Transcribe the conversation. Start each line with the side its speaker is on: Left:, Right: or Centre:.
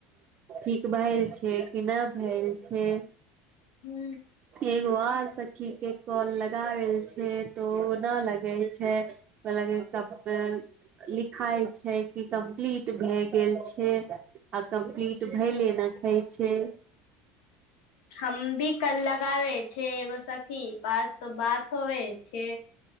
Right: ठीक भैल छै कि नहि भैल छै
Left: ह्म
Right: एगो आर सखी के कल लगावल छै तो ओ न लगे छै कलाकी लिखाइ छै कि कम्प्लीट <unintelligible> भए गेल छै आ कम्प्लीट भैलेना खइ छै
Left: हम भी कल लगा लै छै बस अथि बात तो होबै छै